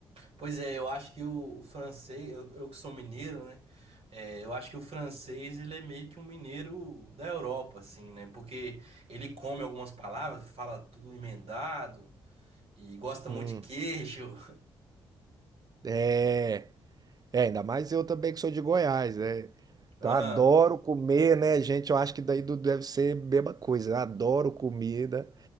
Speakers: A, on the right; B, on the right.
A: Pois é, eu acho que o, o francês, eu, eu que sou mineiro, né? É, eu acho que o francês, ele é meio que um mineiro da Europa, assim, né? Porque ele come algumas palavras, fala tudo emendado e gosta
B: Hum.
A: muito de queijo.
B: É, é, ainda mais eu também que sou de Goiás, né? Então
A: <laughs> Aham,
B: adoro comer, né, gente? Eu acho que daí do- deve ser a mesma coisa. né? Adoro comida.